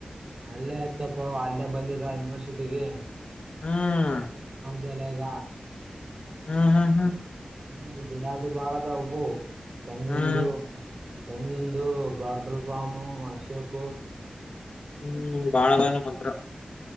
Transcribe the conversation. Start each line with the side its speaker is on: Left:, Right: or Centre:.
Right: ಅಲ್ಲೇ ಆಯ್ತಪ್ಪ ಅಲ್ಲೇ ಬಂದಿದ ಯೂನಿವರ್ಸಿಟಿಗೆ
Left: ಹ್ಮ್
Right: ಬೆಳಗ
Left: ಹ್ಮ್ ಹ್ಮ್ ಹ್ಮ್
Right: ಇ ಗಿಡದು ಬಾಳದ ಉಬ ತಂಗಂದು
Left: ಹ್ಮ್
Right: ತಂಗಿಂದು ಬಾಟಲ್ ಪಾಮು ಅಶೋಕ
Left: ಹ್ಮ್ ಬಾಳ ಜನ ಮಾತ್ರ